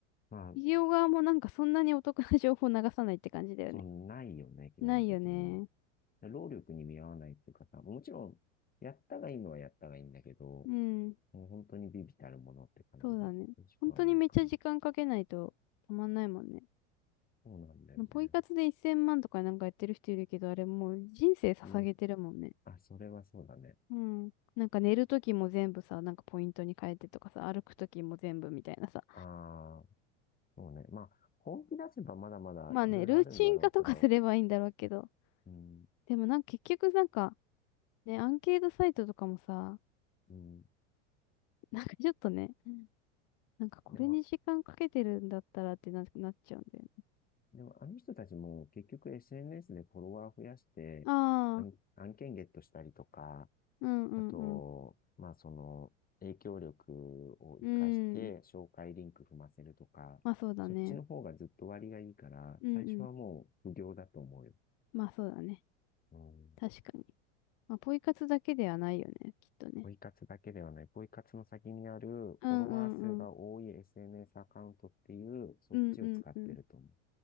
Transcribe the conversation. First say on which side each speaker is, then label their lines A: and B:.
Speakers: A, on the left; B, on the left.
A: まあ、
B: 企業側もなんかそんなにお得な情報流さないって感じだよね。
A: そんないよね、基本的には。
B: ないよね。
A: 労力に見合わないっていうかさ、もちろん、やったがいいのはやったがいいんだけど、
B: うん。
A: もう本当にビビたるものって感じで、
B: そうだね。
A: 美味しくはないかな。
B: 本当にめっちゃ時間かけないとたまんないもんね。
A: そうなんだよね。
B: ポイ活で1000万とかなんかやってる人いるけど、あれもう人生捧げてるもんね。
A: うん。あ、それはそうだね。
B: うん。なんか寝るときも全部さ、なんかポイントに変えてとかさ、歩くときも全部みたいなさ。
A: ああ、そうね。まあ、本気出せばまだまだいろいろあるんだろうけど、
B: まあね、ルーチン化とかすればいいんだろうけど。
A: うん、
B: でもなんか結局なんか、ね、アンケートサイトとかもさ、
A: うん。
B: なんかちょっとね、うんなんかこれに時間かけてるんだったらってな、
A: でも、
B: なっちゃうんだよね。
A: でも、あの人たちも結局 SNS でフォロワー増やして、
B: ああ、
A: 案、案件ゲットしたりとか、
B: うんうん
A: あと、まあその影響力を活かして紹介リンク踏ませるとか、
B: うん。うん。まあそうだね。
A: そっちの方がずっと割がいいから、
B: うんうん。
A: 最初はもう苦行だと思うよ。
B: まあそうだね。
A: うん。
B: 確かに。まあポイ活だけではないよね、きっとね。
A: ポイ活だけではない、ポイ活の先にあるフォロワー数が多い
B: うんうんうん。
A: SNS アカウントっていう、そっちを使ってると思う。
B: うんうんうん。